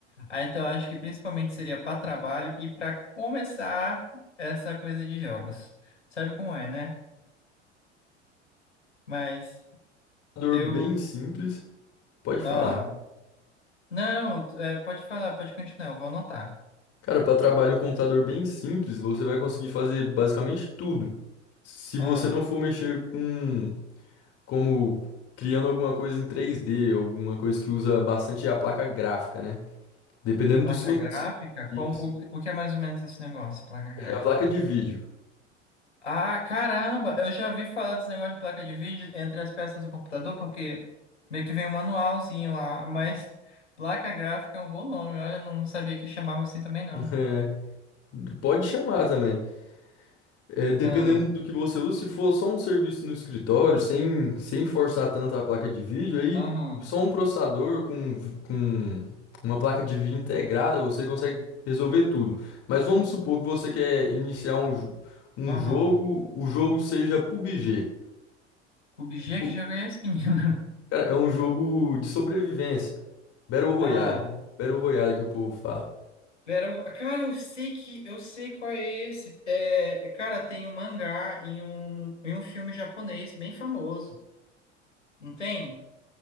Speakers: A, on the left; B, on the left.
A: Ah, então eu acho que principalmente seria para trabalho e para começar essa coisa de jogos. Sabe como é, né? Mas
B: Computador
A: eu.
B: bem simples, pode falar.
A: ah, Não, é, pode falar, pode continuar, eu vou anotar.
B: Cara, para trabalhar um computador bem simples, você vai conseguir fazer basicamente tudo. Se
A: Ah,
B: você não for mexer com como criando alguma coisa em três d alguma coisa que usa bastante a placa gráfica, né? Dependendo
A: placa
B: do seu
A: gráfica?
B: Isso.
A: Como, o, que- o que é mais ou menos esse negócio, placa gráfica?
B: É a placa de vídeo. <laughs>
A: Ah, caramba, eu já vi falar desse negócio de placa de vídeo entre as peças do computador, porque meio que vem um manualzinho lá, <laughs> mas placa gráfica é um bom nome, olha, eu não sabia que chamava assim também não.
B: É, pode chamar também. É, dependendo
A: Ah,
B: do que você usa, se for só um serviço no escritório, sem, sem forçar tanto a placa de vídeo, aí
A: aham,
B: só um processador com, vi- com uma placa de vídeo integrada você consegue resolver tudo. Mas vamos supor que você quer iniciar um, jo- um
A: aham.
B: jogo, o jogo seja PUBG.
A: Cube G,
B: Pu-
A: que jogo é esse, menino? <laughs>
B: Cara, é um jogo de sobrevivência. Battle Royale.
A: Ah.
B: Battle Royale que o povo fala.
A: Vera, cara, eu sei que eu sei qual é esse. É, cara, tem um mangá e um, e um filme japonês bem famoso. Não tem?